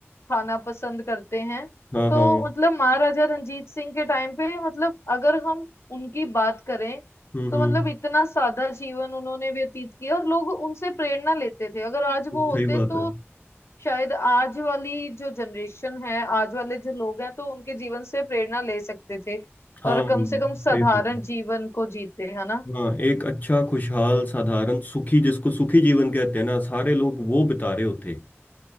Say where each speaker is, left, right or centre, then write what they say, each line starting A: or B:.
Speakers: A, on the left (about 70°); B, on the left (about 40°).
A: खाना पसंद करते हैं
B: हाँ
A: तो
B: हाँ
A: मतलब महाराजा रणजीत सिंह के टाइम पे मतलब अगर हम उनकी बात करें
B: हम्म
A: तो
B: हम्म
A: मतलब इतना सादा जीवन उन्होंने व्यतीत किया और लोग उनसे प्रेरणा लेते थे अगर आज वो होते
B: सही बात
A: तो
B: है
A: शायद आज वाली जो जनरेशन है आज वाले जो लोग हैं तो उनके जीवन से प्रेरणा ले सकते थे
B: हाँ
A: और
B: सही
A: कम से कम साधारण
B: बात
A: जीवन को जीते है ना
B: हाँ एक अच्छा खुशहाल साधारण सुखी जिसको सुखी जीवन कहते हैं ना सारे लोग वो बिता रहे होते